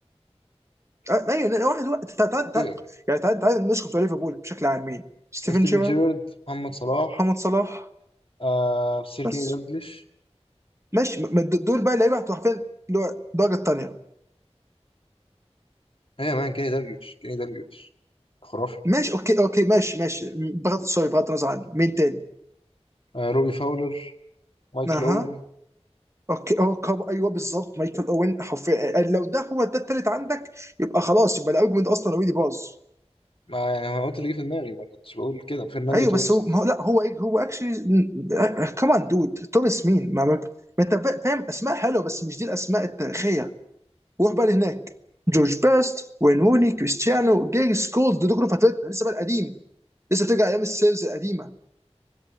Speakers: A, on the right; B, on the left.
A: آه، ايوه لان واحد واحد تع- تع-
B: اوكي
A: تع-
B: اوكي
A: يعني تعال تعال نشكر بتوع ليفربول بشكل عام مين؟ ستيفن
B: ستيفن
A: شيرر
B: جيرارد محمد صلاح
A: محمد صلاح
B: آه سير
A: بس
B: كيني دالجليش
A: ماشي م- م- دول بقى اللعيبه هتبقى حرفيا اللي هو الدرجه الثانيه
B: هي مان كيني دالجليش كيني دالجليش خرافي
A: ماشي اوكي اوكي ماشي ماشي م- بغض سوري بغض النظر عنه مين تاني؟
B: آه روبي فاولر مايكل
A: اها
B: اوين
A: اوكي اه كاب ايوه بالظبط مايكل اوين حرفيا آه، لو ده هو ده التالت عندك يبقى خلاص يبقى الارجيومنت اصلا اوريدي باظ
B: ما يعني انا قلت اللي جه في دماغي ما كنتش بقول كده فرناندو
A: ايوه
B: توريس
A: بس هو ما هو لا هو إيه- هو اكشلي كمان دود توماس مين ما ما ما انت فا- فاهم اسماء حلوه بس مش دي الاسماء التاريخيه روح بقى لهناك جورج بيست وين روني كريستيانو جيرس كولد دول كلهم فترتنا لسه بقى القديم لسه بترجع ايام السيلز القديمه